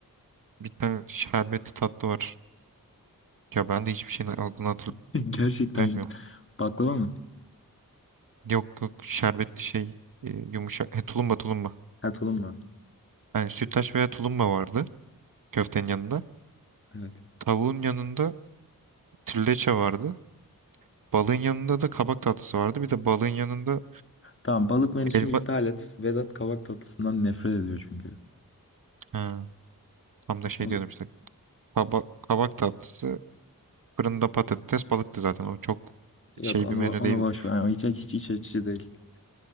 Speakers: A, on the right; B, on the left.
A: bir tane şerbetli tatlı var. Ya ben de hiçbir şeyin adını
B: <laughs> Gerçekten
A: hatırlamıyorum.
B: baklava mı?
A: Yok yok şerbetli şey e, yumuşak. He, tulumba tulumba.
B: Ha tulum mu?
A: Yani sütlaç veya tulumba vardı köftenin yanında.
B: Evet.
A: Tavuğun yanında trileçe vardı. Balığın yanında da kabak tatlısı vardı. Bir de balığın yanında
B: Tamam balık menüsünü
A: elma...
B: iptal et. Vedat kavak tatlısından nefret ediyor çünkü.
A: Ha, tam da şey
B: O-
A: diyordum işte. Kabak, kabak tatlısı Fırında patates balıktı zaten. O çok
B: Yok
A: şey
B: onu
A: bir menü
B: onu
A: değildi.
B: boş ver. Yani hiç hiç iç açıcı değil.